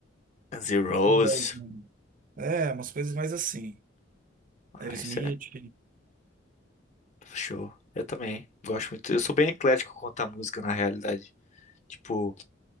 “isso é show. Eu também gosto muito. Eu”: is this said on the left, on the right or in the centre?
Left